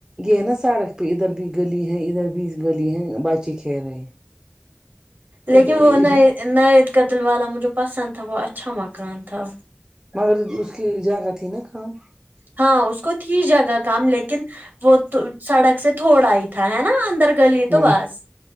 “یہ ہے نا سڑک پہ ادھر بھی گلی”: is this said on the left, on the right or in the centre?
Right